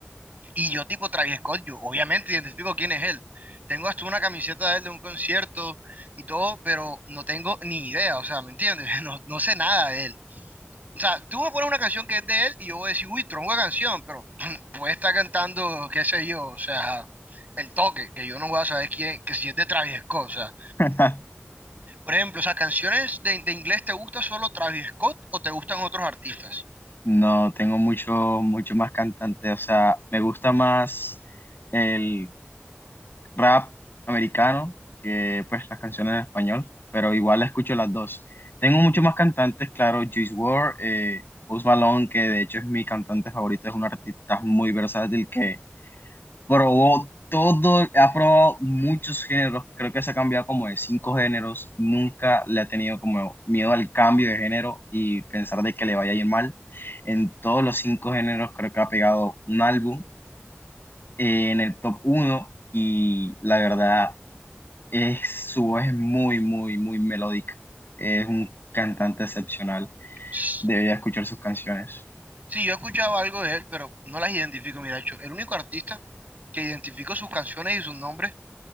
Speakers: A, on the right; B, on the left.
A: Y yo, tipo Travis Scott, yo obviamente identifico quién es él. Tengo hasta una camiseta de él de un concierto y todo, pero no tengo ni idea, o sea, ¿me entiendes? <laughs> No, no sé nada de él. O sea, tú me pones una canción que es de él y yo voy a decir, uy, tronco de canción, pero <clears throat> puede estar cantando, qué sé yo, o sea, el toque, que yo no voy a saber quién, que si es de Travis Scott, o sea.
B: <laughs>
A: Por ejemplo, o sea, ¿canciones de, de inglés te gusta solo Travis Scott o te gustan otros artistas?
B: No, tengo mucho, mucho más cantante. O sea, me gusta más el rap americano, que pues las canciones en español, pero igual escucho las dos. Tengo muchos más cantantes, claro, Juice WRLD, eh, Post Malone, que de hecho es mi cantante favorito, es un artista muy versátil que probó todo, ha probado muchos géneros, creo que se ha cambiado como de cinco géneros, nunca le ha tenido como miedo al cambio de género y pensar de que le vaya a ir mal. En todos los cinco géneros creo que ha pegado un álbum eh, en el top uno y la verdad es, su voz es muy, muy, muy melódica. Es un cantante excepcional.
A: Sí,
B: Debería escuchar sus canciones.
A: yo he escuchado algo de él, pero no las identifico. Mira, yo, el único artista que identifico sus canciones y sus nombres